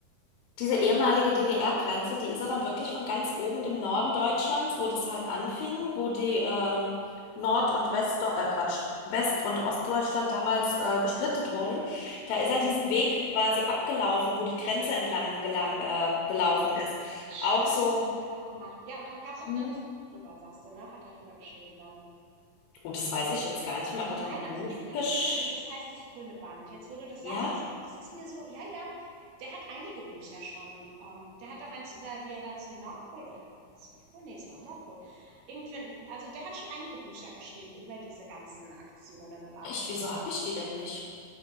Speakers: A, on the left; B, on the right.
A: diese ehemalige DDR-Grenze, die ist ja dann wirklich von ganz oben dem Norden Deutschlands, wo das halt anfing, wo die ähm, Nord- und West, äh, Quatsch, West- und Ostdeutschland damals äh, gesplittet wurden. Da ist er diesen Weg quasi abgelaufen, wo die Grenze entlang gelang, äh, gelaufen ist.
B: Stimmt,
A: Auch so,
B: das hat er auch gemacht. Ja, und da gab es auch
A: hm,
B: dann das Buch drüber, sagst du, ne? Hat er drüber geschrieben dann.
A: oh, das weiß ich jetzt gar nicht mehr,
B: Ich
A: aber dann
B: meine,
A: Buch
B: es gibt ein
A: gesch...
B: Buch von ihm, das heißt „Das grüne Band“. Jetzt, wo du das sagst,
A: Ja?
B: das Ja? war das ist mir so ja, ja, der hat einige Bücher schon. Ähm, der hat auch eins über wie er da zum Nordpol oder war das Südpol? Ne, es war am Nordpol. Irgendwann also, der hat schon einige Bücher geschrieben über diese ganzen Aktionen und Abenteuer.
A: Echt, wieso habe ich die denn nicht?